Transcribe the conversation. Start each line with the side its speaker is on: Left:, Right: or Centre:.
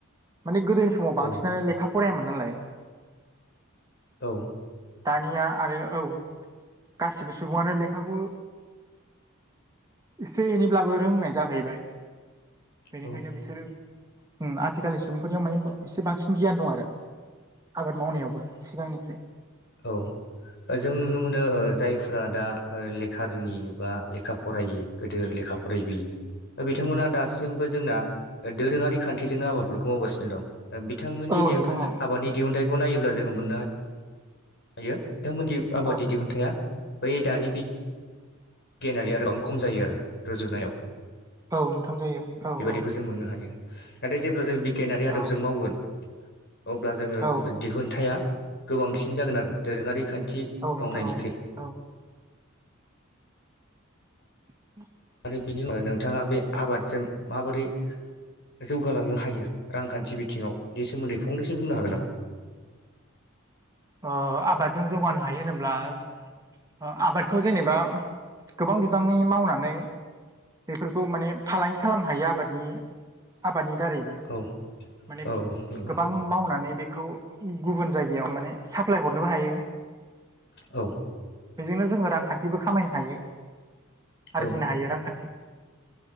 Right: माने गोदोनि समाव
Left: औ
Right: बांसिनानो लेखा फरायामोन नालाय
Left: औ।
Right: दानिआ आरो औ गासिबो सुबुंआनो लेखाखौ एसे एनैब्लाबो रोंनाय जाहैबाय बेनिखायनो
Left: औ
Right: बिसोरो ओम आथिखालनि सुबुंफोरनिआव माने एसे बांसिन गियान दं आरो आबाद मावनायावबो सिगांनिख्रुइ
Left: औ जों नुनो मोनो ओ जायफोरा दा ओ लेखा रोङि बा लेखा फरायि गोदो लेखा फरायबोयै बिथांमोना दासिमबो जोंना दोरोंआरि खान्थिजोंनो आबादफोरखौ मावगासिनो दं ओ बिथांमोननि
Right: औ
Left: दिहुन
Right: नोंथां औ
Left: आबादनि दिहुनथाइखौ नायोब्ला जोङो मोननो हायो हायो बिथांमोननि आबादनि
Right: औ
Left: दिहुनथाइआ बै दानि बिगियानारि आदबा खम जायो आरो रुजुनायाव
Right: औ नोंथां जायो औ
Left: बेबादिखौ
Right: औ
Left: जों मोननो हायो नाथाय जेब्ला जों बिगियान आरि आदबजों
Right: औ
Left: मावगोन अब्ला जोङो
Right: औ
Left: दिहुनथाइआ गोबांसिन जागोन आरो दोरोंआरि खान्थि
Right: औ
Left: मावनायनिख्रुइ
Right: नोंथां औ औ <inaudible>
Left: आरो बिनि उनाव नोंथांआ बे आबादजों माबोरै जौगालांनो हायो रांखान्थि बिथिंआव बिनि सोमोन्दै फंनैसो बुंनो हागोन नामा
Right: ओ आबादजों जौगानो हायो होनोब्ला ओ आबादखौ जेनोबा गोबां बिबांनि मावनानै बेफोरखौ माने फालांगि खालामनो हायो आबादनि आबादनि दारैबो
Left: औ
Right: माने
Left: औ नंगौ
Right: गोबां मावनानै बेखौ गुबुन जायगायाव माने साप्लाय हरनोबो हायो
Left: औ
Right: बेजोंनो जोङो रांखान्थिबो खामायनो हायो आरजिनो
Left: औ
Right: हायो रांखान्थि